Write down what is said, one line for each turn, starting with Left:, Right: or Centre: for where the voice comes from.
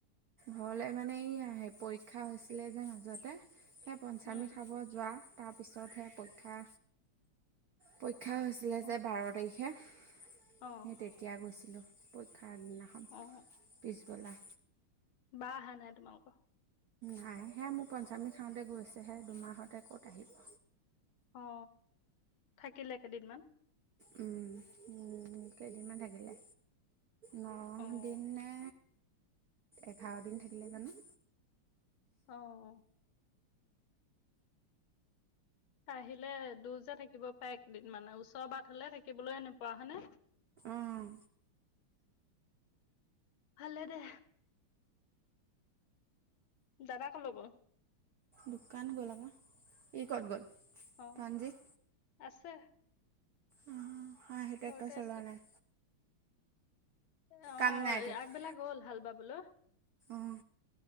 Right: ঘৰলৈ মানে এই, পৰীক্ষা হৈছিলে যে মাজতে। সেই পঞ্চামী
Left: উম
Right: খাব যোৱা। তাৰপিছতহে পৰীক্ষা দো হৈছিলে
Left: অ
Right: যে আহ!
Left: অ
Right: স তেতিয়া গৈছিলো পৰীক্ষা দিনাখন
Left: অ
Right: পি তোলা
Left: বা নাই তোমালোকৰ
Right: নাইহে মোৰ পঞ্চমী থাওঁতে গৈছেহে দুমাহতে ক'ত আহিব
Left: অ থাকিলে কেইদিনমান
Right: উম! থাকিলে, ন
Left: অম!
Right: দিন
Left: !
Right: নে এঘাৰ দিন থাকিলে জানো!
Left: আহ! আহিলে দূৰ যে থাকিব পাৰে এক কেইদিন মানে ওচৰৰাট হলে থাকিবলৈ এনেকোৱা হয়নে,
Right: অঁ
Left: ভালে দে, দাদাক লগ
Right: দোকান গ'ল আপা ই ক'ত গ'ল
Left: অ
Right: পঞ্জেত
Left: আছে,
Right: উম! হা সেইটো
Left: ঘৰতে
Right: একটা চলোৱা
Left: আছে
Right: নাই।
Left: এ অ
Right: কাম নাই ট্ৰেক্টৰ
Left: আগবেলা গল হাল বা বোলো।
Right: অঁ